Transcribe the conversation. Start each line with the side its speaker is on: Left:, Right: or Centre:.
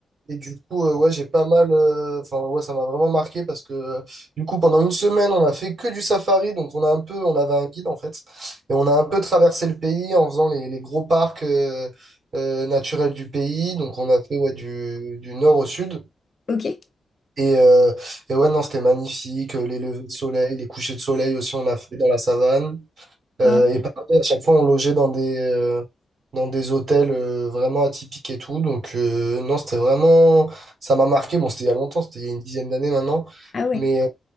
Right: Et du coup, euh, ouais, j'ai pas mal. euh, Enfin, ouais, ça m'a vraiment marqué parce que euh, du coup, pendant une semaine, on a fait que du safari. Donc, on a un peu, on avait un guide en fait. Et on a un peu traversé le pays en faisant les, les gros parcs euh, euh, naturels du pays. Donc, on a fait ouais, du, du nord au sud.
Left: Ok.
Right: Et, euh, et ouais, non, c'était magnifique. Euh, Les levées de soleil, les couchers de soleil aussi, on a fait dans la savane. Euh,
Left: Ouais.
Right: et pareil, à chaque fois, on logeait dans des, euh, dans des hôtels euh, vraiment atypiques et tout. Donc, euh, non, c'était vraiment. Ça m'a marqué. Bon, c'était il y a longtemps, c'était il y a une dizaine d'années maintenant.
Left: Ah ouais.
Right: Mais,